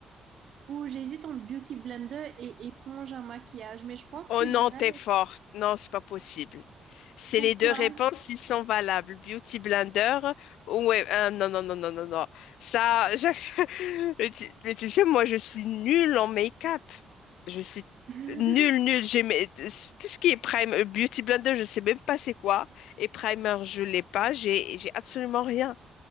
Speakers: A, on the right; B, on the left.
A: Ou j'hésite entre Beauty Blender et éponge à maquillage, mais je pense
B: Oh
A: que
B: non,
A: j'irai.
B: t'es forte. Non, c'est pas possible. C'est
A: Pourquoi?
B: les deux réponses, ils sont valables. Beauty Blender, ouais, euh, non, non, non, non, non, non. Ça, <laughs> je- mais tu, mais tu sais, moi, je suis nulle en make-up. Je suis
A: <laughs>
B: nulle, nulle. J'ai mes- tout ce qui est prime, Beauty Blender, je sais même pas c'est quoi. Et primer, je l'ai pas. J'ai, j'ai absolument rien.